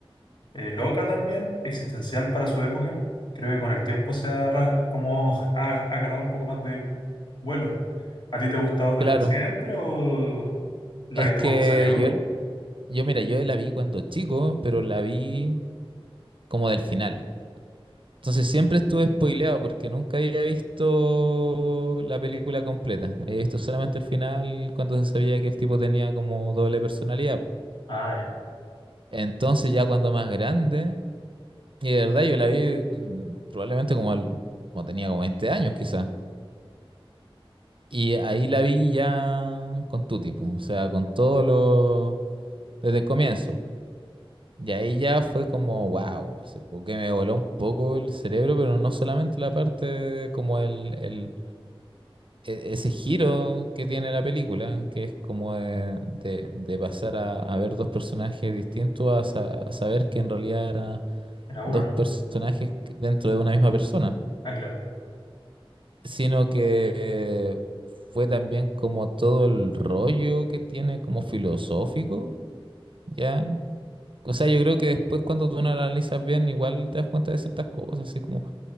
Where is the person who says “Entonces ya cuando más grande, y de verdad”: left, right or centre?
Right